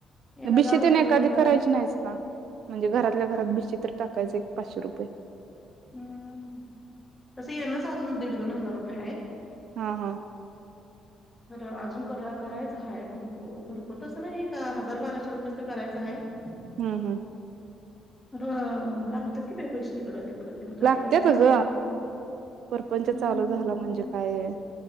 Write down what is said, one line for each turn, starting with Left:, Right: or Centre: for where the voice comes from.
Centre: एकदा
Right: भिशी
Centre: गाव
Right: तेन
Centre: झालं
Right: एखादी
Centre: एकदा
Right: करायची नाहीस का, म्हणजे घरातल्या घरात
Centre: नाही
Right: भिशी तर टाकायचं एक पाचशे रुपये.
Centre: हम् तस येनच अजून दीड, दोन हजार रुपये आहे.
Right: हा हा
Centre: खरं अजून करायचं आहे. भरपूर भरपूर तसं नाही का हजार बाराशे रुपयेच तर करायचं आहे. ह.
Right: हम् हम्.
Centre: अरं लागत्यात कि ते पैसे हिकडं तिकडं तेन
Right: लागतेच
Centre: एक असतय
Right: ग
Centre: होय काय.
Right: परपंच
Centre: हम्म
Right: चालू झाला म्हणजे काय